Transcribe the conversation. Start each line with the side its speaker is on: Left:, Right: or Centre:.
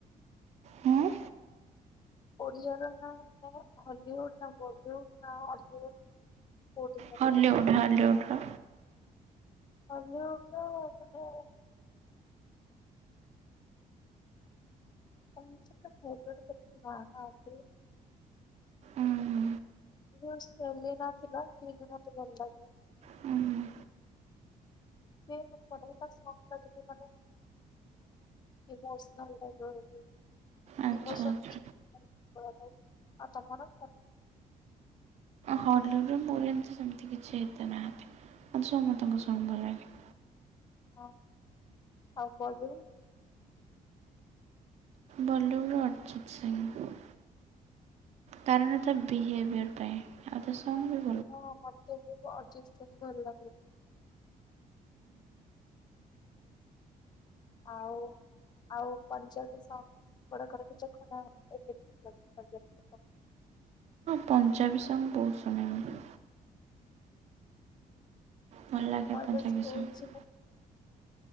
Right: ହୁଁ
Left: ଓଡିଆର ନା ମାନେ ହଲିଉଡ ନା ବଲିଉଡ ନା ଅଲିଉଡ? କୋଉଠି କାର
Right: ହଲିଉଡ୍
Left: ପଚାରୁଛ?
Right: ହଲିଉଡ୍ ର।
Left: ହଲିଉଡର ମାନେ ସେମିତି ତ ଫେବରେଟ କେହି ନାହାନ୍ତି।
Right: ଉଁ ହୁଁ
Left: ଯୋଉ ସେଲିନା ଥିଲା ସେଇକି ମତେ ଭଲ ଲାଗେ।
Right: ହୁଁ
Left: <unintelligible> ଇମୋସନାଲ ଟାଇପର
Right: ଆଚ୍ଛା
Left: ଇମୋସନ
Right: ଆଚ୍ଛା
Left: କିଛି <unintelligible> ଆଉ ତମର?
Right: ହଲିଉଡ଼ରେ ମୋର ଏମିତି ସେମିତି କିଛି ଏତେ ନାହାନ୍ତି ମୋତେ ସମସ୍ତଙ୍କ ସଙ୍ଗ ଭଲ ଲାଗେ।
Left: ହଁ ଆଉ ବଲିଉଡ?
Right: ବଲିଉଡ଼ର ଅରିଜିତ ସିଂ। କାରଣ ତା ବିହେଭିଅର ପାଇଁ ଆଉ ତା ସଙ୍ଗ
Left: ହଁ ମତେ ବି ଅରିଜିତ ସିଂ ଭଲ ଲାଗେ। ଆଉ ଆଉ ପଞ୍ଜାବି ସଙ୍ଗ ବଡ କରିକି ଦେଖ ନା <unintelligible>
Right: ପଞ୍ଜାବି ସଙ୍ଗ ବହୁତ ଶୁଣେ ମୁଁ। ଭଲ ଲାଗେ
Left: ମୁଁ ଏବେ
Right: ପଞ୍ଜାବୀ
Left: ଶୋଇଛି
Right: ସଙ୍ଗ୍